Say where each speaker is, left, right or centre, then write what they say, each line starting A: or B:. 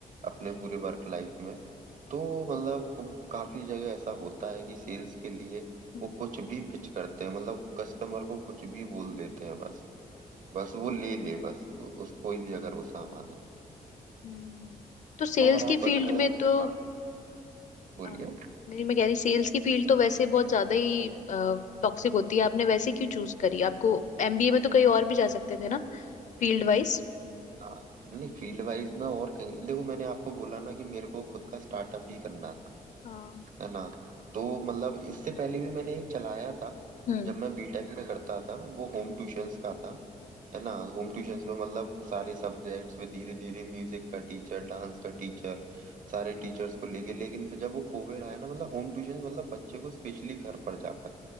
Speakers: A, on the right; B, on the left.
A: अपने पूरे वर्क लाइफ में तो मतलब काफी जगह ऐसा होता है कि सेल्स के लिए
B: हम्म,
A: वो कुछ भी पिच करते हैं मतलब कस्टमर को कुछ भी बोल देते हैं बस बस वो ले ले बस उस कोई भी अगर वो सामान है
B: हम्म। तो सेल्स
A: और आप
B: की
A: हम्म
B: फील्ड
A: बताओ
B: में तो
A: हाँ बोलिए
B: अ, नहीं मैं कह रही सेल्स की फील्ड तो वैसे बहुत ज्यादा ही टॉक्सिक होती है आपने वैसे क्यों चूज करी आपको एमबीए में तो कहीं और भी जा सकते थे ना फील्ड वाइज
A: हाँ नहीं फील्ड वाइज में और कहीं देखो मैंने आपको बोला ना कि मेरे को खुद का स्टार्टअप ही करना था
B: हाँ
A: है ना तो मतलब इससे पहले भी मैंने एक चलाया था
B: हम्म
A: जब मैं बीटेक में हाँ करता था वो होम ट्यूशंस का था है ना होम ट्यूशंस में मतलब सारे सब्जेक्ट्स में धीरे धीरे म्यूजिक का टीचर डांस का टीचर सारे टीचर्स को लेके लेकिन फिर जब वो कोविड आया ना मतलब होम ट्यूशन मतलब बच्चे को स्पेशली घर पर जाकर